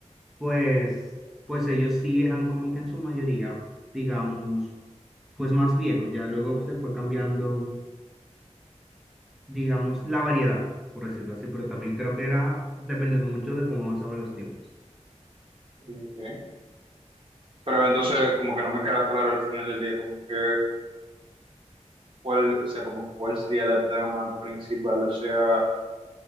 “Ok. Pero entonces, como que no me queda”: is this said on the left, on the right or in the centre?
Right